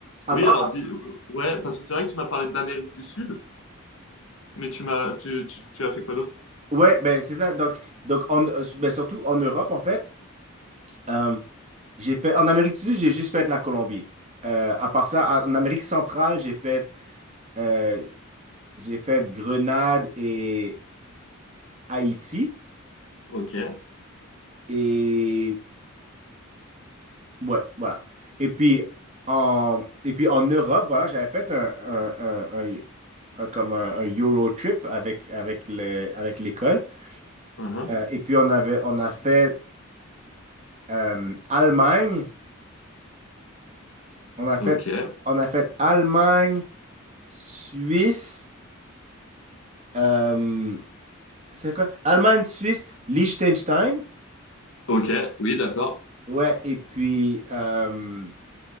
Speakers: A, on the right (about 30°); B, on the left (about 70°).
A: à
B: Oui,
A: part,
B: alors dis, ouais, parce que c'est vrai que tu m'as parlé de l'Amérique du Sud, mais tu m'as, tu, tu, tu as fait quoi d'autre?
A: ouais, ben, c'est ça. Donc, donc en, euh, ben, surtout en Europe, en fait, euh, j'ai fait, en Amérique du Sud, j'ai juste fait la Colombie. Euh, à part ça, en Amérique centrale, j'ai fait. euh, J'ai fait Grenade et Haïti.
B: Ok,
A: Et ouais, voilà. Et puis en, et puis en Europe, voilà, j'avais fait un, un, un- un- un- comme un, un Euro trip avec, avec le, avec l'école.
B: uhum,
A: Euh, et puis on avait, on a fait euh, Allemagne. On a fait,
B: ok,
A: on a fait Allemagne, Suisse. euh, c'est quoi? Allemagne, Suisse, Liechtenstein.
B: ok, oui, d'accord.
A: Ouais, et puis euh,